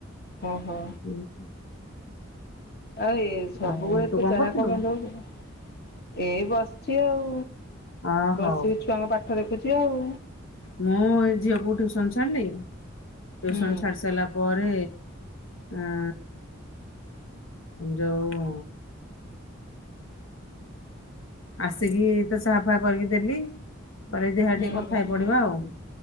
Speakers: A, on the left (about 50°); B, on the left (about 85°).
A: ଓହୋ।
B: ହୁଁଁ।
A: ଆଉ ଏଇ ସବୁ
B: ଆଉ
A: ବେଳେ ଏତେ
B: ତୁ
A: ଚାହା
B: କରୁଥିଲୁ?
A: କଣ ପାଇଁ ଦଉଚ? ଏଇ ବସିଚି ଆଉ
B: ଅ ହଉ
A: ବସିକି ଛୁଆଙ୍କ ପାଠ ଦେଖୁଚି ଆଉ।
B: ମୁଁ ଏଇ ଝିଅକୁ ଟିୟୁସନ୍ ଛାଡ଼ିଲି ଟିୟୁସନ୍
A: ହୁଁ।
B: ଛାଡ଼ିସାରିଲା ପରେ ଆଁ ଯୋଉ ଆସିକି ଏଇ ତ ଚାହା ଫା କରିକି ଦେଲି। ପରେ ଦେଖିଆ
A: ହୁଁ
B: ଟିକେ କଥା ହେଇ
A: ହୁଁ
B: ପଡ଼ିବା ଆଉ